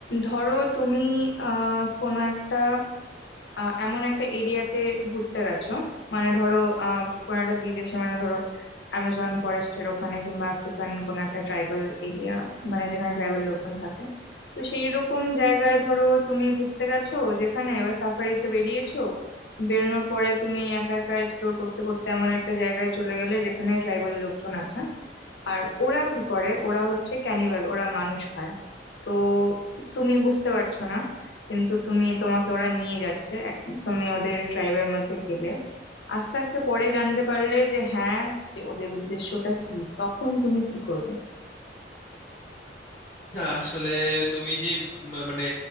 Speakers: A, on the left (about 70°); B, on the left (about 25°).
A: ধরো তুমি আহ কোনো একটা আহ, এমন একটা এরিয়াতে ঘুরতে গেছো মানে ধরো আহ কোনো একটা বিদেশে মানে ধরো অ্যামাজন ফরেস্টের ওখানে কিংবা আফ্রিকান কোনো একটা ট্রাইবাল এরিয়া মানে যেখানে ট্রাইবাল লোকজন থাকে তো সেই রকম জায়গায় ধরো তুমি ঘুরতে গেছো যেখানে এবার সাফারিতে বেরিয়েছো বেরোনোর পরে তুমি একা একা এক্সপ্লোর করতে করতে এমন একটা জায়গায় চলে গেলে যেখানে ট্রাইবাল লোকজন আছে আর ওরা কি করে ওরা হচ্ছে ক্যানিবাল ওরা মানুষ খায় তো তুমি বুঝতে পারছো না কিন্তু তুমি তোমাকে ওরা নিয়ে যাচ্ছে এক তুমি ওদের ট্রাইবের মধ্যে গেলে আস্তে আস্তে পরে জানতে পারলে যে হ্যাঁ যে ওদের উদ্দেশ্যটা কি তখন তুমি কি করবে
B: না আসলে তুমি যে ম- মানে